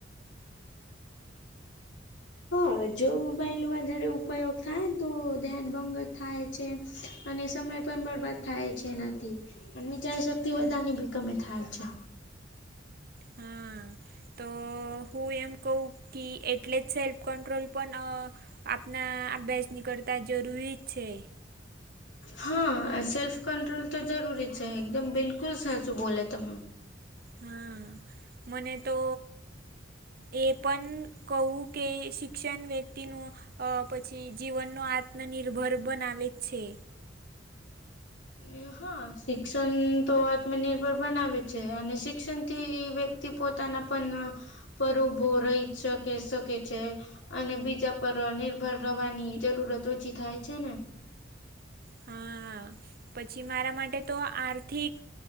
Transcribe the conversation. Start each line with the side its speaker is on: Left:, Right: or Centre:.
Left: હહ જો મોબાઈલ વધારે ઉપયોગ થાય ને તો ધ્યાન ભંગ થાય. છે અને સમય પણ બરબાદ થાય છે એનાથી, અને વિચારી શક તી
Right: હા
Left: બધાની ભી કમી થાય છે.
Right: હા તો તો હું એમ કઉં કી એટલે જ સેલ્ફ કંટ્રોલ પન અ આપના અભ્યાસ નીકળતા જરૂરી જ છે.
Left: હા સેલ્ફ કંટ્રોલ તો જરૂરી જ છે. એકદમ બિલકુલ સાચું બોલ્યા તમે.
Right: હા મને તો એ પણ કઉં કે શિક્ષન વ્યક્તિનું અ પછી જીવનનો આત્મનિર્ભર બનાવે જ છે.
Left: એ હહ હા શિક્ષન તો આત્મનિર્ભર બનાવે છે અને શિક્ષનથી વ્યક્તિ પોતાના પન પર ઉભો રહી જ શકે શકે છે. અને બીજા પર નિર્ભર રવાની જરૂરત ઓછી થાય છે ને?
Right: હા પછી મારા માટે તો આર્થિક